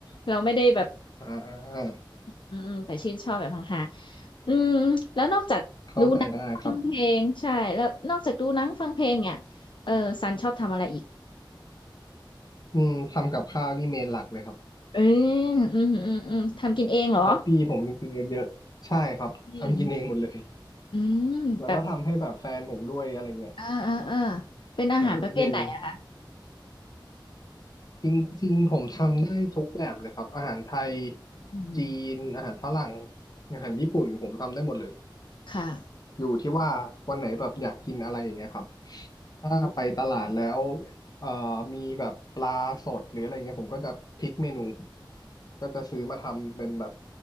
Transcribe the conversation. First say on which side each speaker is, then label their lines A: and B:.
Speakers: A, on the left; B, on the left.
A: เราไม่ได้แบบ
B: อ่า
A: อืมอืมแต่ชื่นชอบแบบห่างๆอืมแล้วนอกจากดูหนังฟังเพลงใช่แล้วนอกจากดูหนังฟังเพลงเนี่ยเออซันชอบทำอะไรอีก
B: เข้าใจได้ครับอืมทำกับข้าวนี่เมนหลักเลยครับ
A: เอออืมอืมอืมทำกินเองเหรอ
B: ฮอปปี้ผมจริงๆเยอะๆใช่ครับ
A: อืม
B: ทำกินเองหมดเลย
A: อืมแบบ
B: แล้วก็ทำให้แบบแฟนผมด้วยอะไรเงี้ย
A: อ่าอ่าอ่าเป็นอาหารประเภทไหนอะคะ
B: แบบมื้อเย็น จริงๆผมทำได้ทุกแบบเลยครับ อาหารไทย
A: อืม
B: จีน อาหารฝรั่ง อาหารญี่ปุ่นผมทำได้หมดเลย
A: ค่ะ
B: อยู่ที่ว่าวันไหนแบบอยากกินอะไรอย่างเงี้ยครับถ้าไปตลาดแล้ว
A: โอ้
B: เอ่อมีแบบปลาสดหรืออะไรเงี้ยผมก็จะพลิกเมนูก็จะซื้อมาทำเป็นแบบ